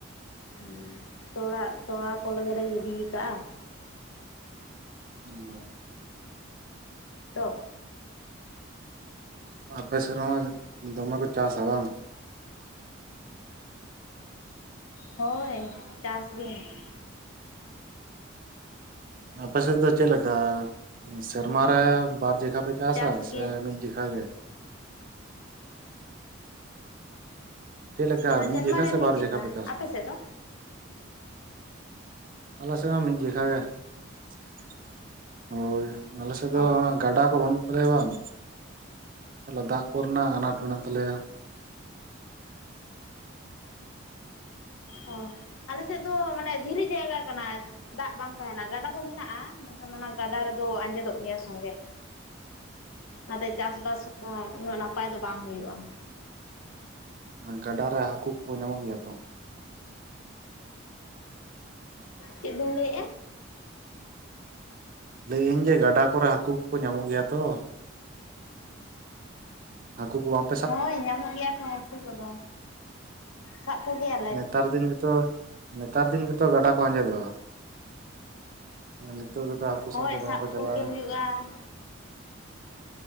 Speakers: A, on the left; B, on the right.
A: ᱦᱩᱸ ᱛᱚᱲᱟ ᱛᱚᱲᱟ ᱠᱚ ᱞᱟᱹᱜᱤᱫ ᱞᱮ ᱜᱤᱰᱤ ᱠᱟᱜᱼᱟ ᱾
B: ᱚ
A: ᱛᱚ
B: ᱟᱯᱮ ᱥᱮᱫ ᱨᱮᱦᱚᱸ ᱫᱚᱢᱮ ᱠᱚ ᱪᱟᱥᱟ ᱵᱟᱝ?
A: ᱦᱳᱭ ᱪᱟᱥ ᱜᱮ ᱾
B: ᱟᱯᱮ ᱥᱮᱫ ᱫᱚ ᱪᱮᱫᱞᱮᱠᱟ ᱥᱮᱨᱢᱟᱨᱮ ᱵᱟᱨ ᱡᱮᱠᱷᱟ ᱯᱮ ᱪᱟᱥᱟ
A: ᱪᱟᱥ
B: ᱥᱮ
A: ᱜᱮ
B: ᱢᱤᱫ ᱡᱮᱠᱷᱟ ᱜᱮ? ᱪᱮᱫ ᱞᱮᱠᱟ ᱢᱤᱫ
A: ᱥᱮᱨᱢᱟ
B: ᱡᱮᱠᱷᱟ
A: ᱨᱮ
B: ᱥᱮ ᱵᱟᱨ ᱡᱮᱠᱷᱟ ᱯᱮ ᱪᱟᱥᱟ?
A: ᱟᱯᱮ ᱥᱮᱫ ᱫᱚ
B: ᱟᱞᱮ ᱥᱮ ᱦᱚᱸ ᱢᱤᱫ ᱡᱮᱠᱷᱟ ᱜᱮ ᱾ ᱦᱳᱭ, ᱟᱞᱮ ᱥᱮᱫ ᱫᱚ
A: ᱚ
B: ᱚᱱᱟ ᱜᱟᱰᱟ ᱠᱚ ᱵᱟᱹᱱᱩᱜ ᱛᱟᱞᱮᱭᱟ ᱵᱟᱝ, ᱛᱟᱦᱚᱞᱮ ᱫᱟᱜᱽ ᱠᱚᱨᱮᱱᱟᱜ ᱟᱱᱟᱴ ᱢᱮᱱᱟᱜ ᱛᱟᱞᱮᱭᱟ ᱾
A: ᱚ, ᱟᱞᱮ ᱥᱮᱫ ᱫᱚ ᱢᱟᱱᱮ ᱫᱷᱤᱨᱤ ᱡᱟᱭᱜᱟ ᱠᱟᱱᱟ ᱾ ᱫᱟᱜᱽ ᱵᱟᱝ ᱛᱟᱦᱮᱱᱟ ᱜᱟᱰᱟ ᱫᱚ ᱢᱮᱱᱟᱜᱼᱟ, ᱢᱮᱱᱠᱷᱟᱱ ᱚᱱᱟ ᱜᱟᱰᱟ ᱨᱮᱫᱚ ᱟᱸᱡᱮᱫᱚᱜ ᱜᱮᱭᱟ ᱥᱚᱸᱜᱮ ᱾ ᱚᱱᱟᱛᱮ ᱪᱟᱥᱼᱵᱟᱥ ᱦᱚᱸ ᱩᱱᱟᱹᱜ ᱱᱟᱯᱟᱭ ᱫᱚ ᱵᱟᱝ ᱦᱩᱭᱩᱜᱼᱟ ᱾
B: ᱜᱟᱰᱟ ᱨᱮ ᱦᱟᱹᱠᱩ ᱠᱚ ᱧᱟᱢᱚᱜ ᱜᱮᱭᱟ ᱛᱚ?
A: ᱪᱮᱫ ᱵᱤᱱ ᱞᱟᱹᱭ ᱮᱜ
B: ᱞᱟᱹᱭᱟᱹᱧ ᱡᱮ ᱜᱟᱰᱟ ᱠᱚᱨᱮ ᱦᱟᱹᱠᱩ ᱠᱚᱠᱚ ᱧᱟᱢᱚᱜ ᱜᱮᱭᱟ ᱛᱚ? ᱦᱟᱹᱠᱩ ᱠᱚ ᱵᱟᱢ
A: ᱦᱳᱭ ᱧᱟᱢᱚᱜ ᱜᱮᱭᱟ ᱠᱚ ᱦᱟᱹᱠᱩ ᱠᱚᱫᱚ ᱥᱟᱵᱽ ᱠᱚᱜᱮᱭᱟ
B: ᱱᱮᱛᱟᱨ ᱫᱤᱱ ᱜᱮᱛᱚ ᱱᱮᱛᱟᱨ ᱫᱤᱱ ᱜᱮᱛᱚ ᱜᱟᱰᱟ ᱠᱚ ᱟᱸᱡᱮᱫᱚᱜᱼᱟ ᱾ ᱟᱨ ᱱᱤᱛᱚᱜ ᱜᱮᱛᱚ ᱦᱟᱹᱠᱩ
A: ᱦᱳᱭ
B: ᱥᱟᱵᱽ ᱠᱚ ᱫᱚᱢᱮ
A: ᱥᱟᱵ
B: ᱠᱚ ᱪᱟᱞᱟᱜᱼᱟ
A: ᱠᱚᱜᱮ ᱦᱩᱭᱩᱜᱼᱟ
B: ᱾ <inaudible>